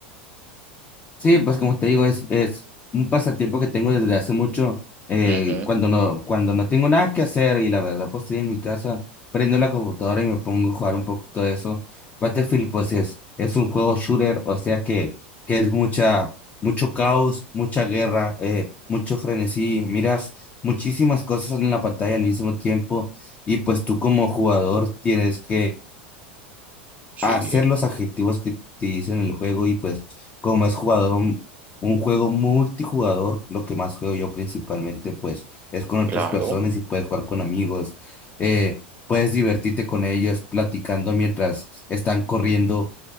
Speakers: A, on the left (about 25°); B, on the right (about 30°).
A: Sí, pues como te digo, es, es un pasatiempo que tengo desde hace mucho, eh,
B: Ujú,
A: cuando no, cuando no tengo nada que hacer y la verdad, pues estoy en mi casa, prendo la computadora y me pongo a jugar un poquito de eso. Battlefield, pues es, es un juego shooter, o sea que, que es mucha, mucho caos, mucha guerra, eh, mucho frenesí, miras muchísimas cosas en la pantalla al mismo tiempo y pues tú como jugador tienes que
B: sí,
A: a hacer los adjetivos que te dicen en el juego y pues como es jugador un, un juego multijugador, lo que más juego yo principalmente pues es con otras
B: claro.
A: personas y puedes jugar con amigos, eh, puedes divertirte con ellos platicando mientras están corriendo,